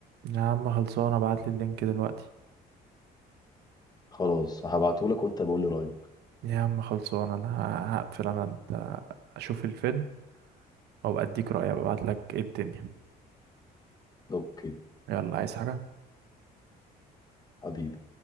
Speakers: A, on the right; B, on the left.
A: يا عم خلصانة ابعتلي اللينك دلوقتي
B: خلاص هبعته لك وانت بقول لي رايك
A: يا عم خلصانة أنا هقفل أنا أنت أشوف الفيلم أو أديك رأيي أبقى أبعتلك إيه الدنيا
B: اوكي
A: يلا عايز حاجة
B: حبيبي